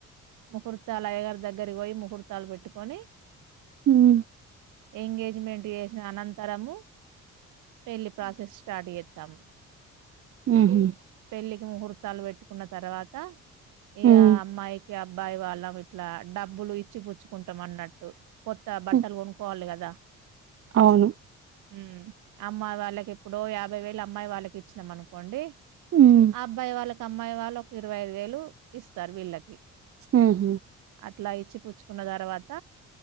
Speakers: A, on the right (about 85°); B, on the right (about 45°).
A: ముహూర్తాలు అయగారి దగ్గరకి పోయి ముహూర్తాలు పెట్టుకొని
B: <inaudible>
A: ఎంగేజ్మెంట్ చేసిన అనంతరము పెళ్ళి ప్రాసెస్ స్టార్ట్ చే తము
B: హ్మ్ హ్మ్
A: పెళ్లికి ముహూర్తాలు పెట్టుకున్న తర్వాత ఇకా
B: ఉమ్
A: అమ్మాయి అబ్బాయి వాళ్ళం ఇట్లా డబ్బులు ఇచ్చి పుచ్చుకుంటాం అన్నట్టు కొత్త బట్టలు
B: ఉమ్,
A: కొనుక్కోవాలి కదా
B: అవును
A: హుమ్ అమ్మాయి వాళ్ళకి ఎప్పుడో యాభై వేలు అమ్మాయి వాళ్ళకి ఇచ్చినాం అనుకోండి
B: ఉమ్
A: అబ్బాయి వాళ్ళ అమ్మాయి వాళ్లకు ఇరవై ఐదు వేలు ఇస్తారు వీళ్ళకి
B: ఉమ్ హ్మ్మ్
A: అట్లా ఇచ్చి పుచ్చుకున్న తర్వాత